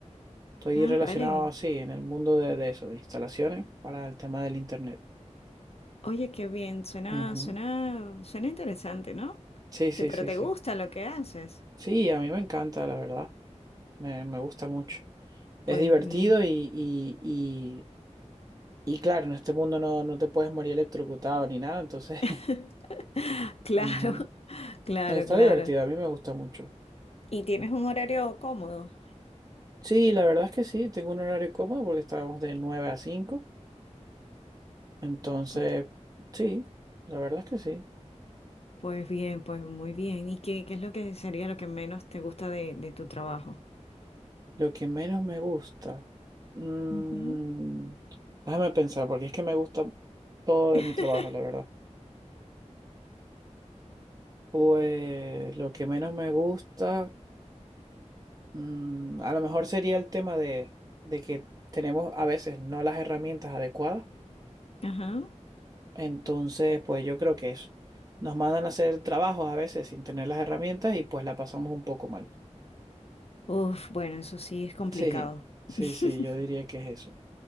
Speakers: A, on the right (about 30°); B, on the left (about 55°).
A: Estoy
B: Ah,
A: relacionado
B: vale.
A: así en el mundo de, de eso, de instalaciones para el tema del internet.
B: Oye, qué bien, suena,
A: Ujú.
B: suena, suena interesante, ¿no?
A: Sí, sí,
B: Te- pero
A: sí,
B: te
A: sí.
B: gusta lo que haces.
A: Sí, a mí me encanta, la verdad. Me, me gusta mucho. Es
B: Pues
A: divertido
B: bien.
A: y, y, y, y claro, en este mundo no, no te puedes morir electrocutado ni nada, entonces
B: <laughs>
A: <laughs>
B: Claro,
A: ujú.
B: claro,
A: Está
B: claro.
A: divertido, a mí me gusta mucho.
B: ¿Y tienes un horario cómodo?
A: Sí, la verdad es que sí, tengo un horario cómodo porque estábamos de nueve a cinco entonces
B: Pues,
A: sí, la verdad es que sí.
B: pues bien, pues muy bien. ¿Y qué, qué es lo que sería lo que menos te gusta de, de tu trabajo?
A: Lo que menos me gusta, mm,
B: Ujú.
A: déjame pensar, porque es que me gusta todo de
B: <laughs>
A: mi trabajo, la verdad. Pues lo que menos me gusta... Mm, a lo mejor sería el tema de, de que tenemos a veces no las herramientas adecuadas.
B: Ajá.
A: Entonces, pues yo creo que es, nos mandan a hacer trabajos a veces sin tener las herramientas y pues la pasamos un poco mal.
B: Uf, bueno, eso sí es complicado.
A: Sí, sí,
B: <laughs>
A: sí, yo diría que es eso.